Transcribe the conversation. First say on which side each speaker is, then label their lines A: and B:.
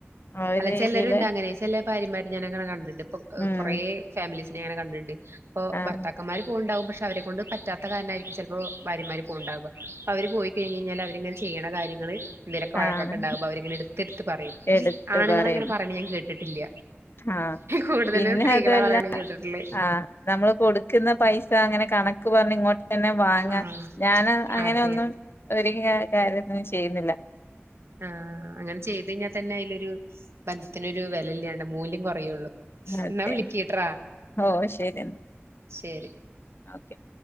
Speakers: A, on the left (about 55°); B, on the right (about 70°).
A: ആ ഒരു
B: അല്ല
A: രീതിയില്
B: ചെലരുണ്ട് അങ്ങനെ ചില ഭാര്യമാര് ഞാന് അങ്ങനെ കണ്ടിണ്ട് ഇപ്പ
A: ഉം
B: കൊറെ ഫാമിലീസിനെ അങ്ങനെ കണ്ടിണ്ട് ഇപ്പൊ
A: ആഹ്
B: ഭർത്താക്കന്മാര് പോവാണ്ടാവും പക്ഷെ അവരെ കൊണ്ട് പറ്റാത്ത കാരണായിരിക്കും ചിലപ്പോ ഭാര്യമാര് പോവ്ണ്ടാവുക അപ്പൊ അവര് പോയി കഴിഞ്ഞ് കഴിഞ്ഞാല് അവരിങ്ങനെ ചെയ്യണ കാര്യങ്ങള് എന്തേലൊക്കെ വഴക്കൊക്കെ
A: ആഹ്
B: ഇണ്ടാമ്പോ അവരിങ്ങനെ എടുത്തെടുത്തു പറയും പക്ഷെ
A: എടുത്ത്
B: ആണുങ്ങളങ്ങനെ
A: പറയും
B: പറയണ ഞാൻ കേട്ടിട്ടില്ല.
A: ആഹ്
B: കൂടുതലും
A: പിന്നെ
B: സ്ത്രീകളാ
A: അതുവല്ല
B: പറയണ കേട്ട്ട്ടുള്ളേ.
A: ആഹ് നമ്മള് കൊടുക്കുന്ന പൈസ അങ്ങനെ കണക്ക് പറഞ്ഞ് ഇങ്ങോ തന്നെ വാങ്ങാൻ
B: ആഹ്
A: ഞാൻ അങ്ങനെയൊന്നും
B: അതെ
A: ഒരു കാര്യത്തിനും ചെയ്യുന്നില്ല.
B: ആ അങ്ങനെ ചെയ്ത് കഴിഞ്ഞാൽ തന്നെ അയിലൊരു. ബന്ധത്തിനൊരു വില ഇല്ലാണ്ട് മൂല്യം കുറയുള്ളൂ.
A: അതെ
B: എന്നാ വിളിക്കിട്രോ
A: ഓ ശരി എന്നാ
B: ശരി.
A: ഓക്കെ